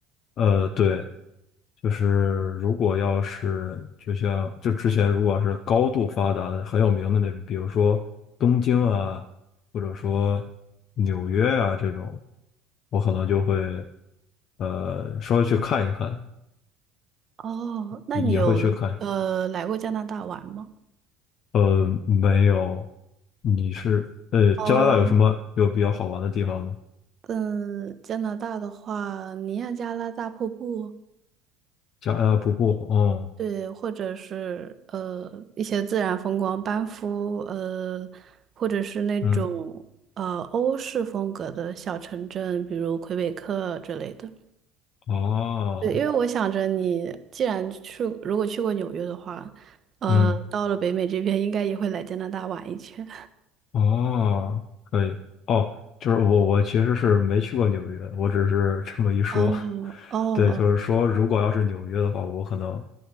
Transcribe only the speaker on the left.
呃对。就是如果要是就像就之前如果是高度发达的很有名的那种，比如说东京啊，或者说纽约啊这种，我可能就会呃稍微去看一看，
也也会去看。呃，没有，你是呃加拿大有什么有比较好玩的地方吗？
加拿大瀑布，嗯
嗯
哦
嗯。
哦，可以。哦，就是我，我其实是没去过纽约，我只是这么一说。
<laughs> 对，就是说，如果要是纽约的话，我可能